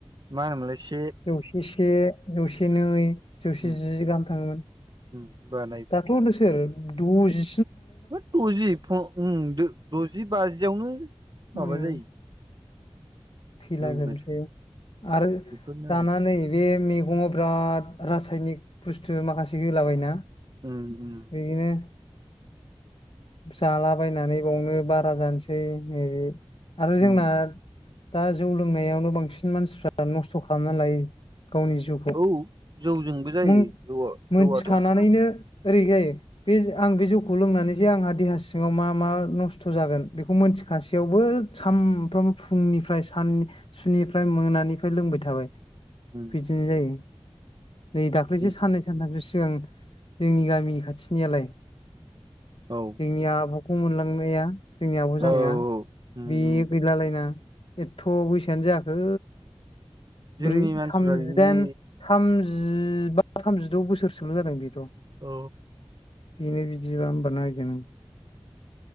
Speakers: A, on the right; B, on the left.
A: माहोनोमोनलाय
B: जौसे से जौसे नै जौसे
A: उम
B: जि गाहाम थाङोमोन।
A: उम होमबा
B: दाथ' होननो सोर द'जि
A: मा द'जि फ-ओम- द'जि बाजियावनो माबा
B: उम
A: जायो
B: थैला
A: जोंनि
B: जोबनोसै
A: मानसि
B: आरो
A: बेफोरनो
B: जानानै
A: आरो
B: बे मे गंङाव बिराद रासायनिक बुस्थु माखासे होलाबायोना
A: उम उम
B: बिदिनो जालाबायनानै बावनो बारा जानोसै नैबे आरो जोंना
A: उम
B: दा जौ लोंनायावनो बांसिन मानसिफ्रा नस्थ' खालामना लायो। गावनि जिउखौ
A: औ जौजोंबो जायो
B: मुं
A: जौआ
B: मोनथिखानानैनो
A: जौआथ' माथि
B: ओरै जायो बे आं बे जौखौ लोंनानै जे आंहा देहा सिङाव मा मा नस्थ' जागोन बेखौ मोनथिखासेयाव बो सानफ्रामबो फुंनिफ्राय सान सुनिफ्राय मोनानिफ्राय लोंबाय थाबाय
A: उम
B: बिदिनो जायो नै दाख्लैसो
A: बिदि
B: साननै सानथामसो सिगां जोंनि गामिनि खाथिनियालाय
A: औ
B: जोंनि आब'खौ मोनलांनाया जोंनि आब' जानाया
A: औ उम
B: बे
A: उम
B: गैलालायना एथथ' बैसो सोआनो जायाखै
A: जोंनि
B: ब्रै
A: मानसिफ्रा
B: थामजिदाइन
A: बिदि
B: थामजि जिबा थामजिद' बोसोरसोल' जादों बेथ'
A: औ
B: बिनो बिदिबा होमबा नायदो नों